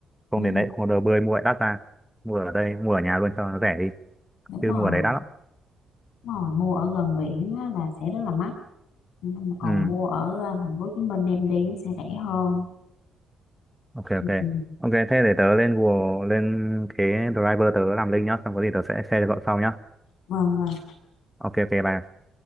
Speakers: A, in the centre; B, on the left (about 80°).
A: không
B: Ừ.
A: đến đấy không có đồ bơi mua lại đắt ra mua ở đây mua ở nhà luôn cho nó rẻ đi
B: đúng
A: chứ
B: rồi
A: mua ở đấy đắt lắm
B: đúng rồi mua ở gần biển á, là sẽ rất là mắc Ừ, còn
A: ừ
B: mua ở ờ, thành phố Hồ Chí Minh đem đi nó sẽ rẻ hơn
A: ok
B: ừ.
A: ok ok thế để tớ lên Google lên cái driver tớ làm link nhá xong có gì tớ sẽ share cho cậu sau nhá
B: vâng vâng
A: ok ok bye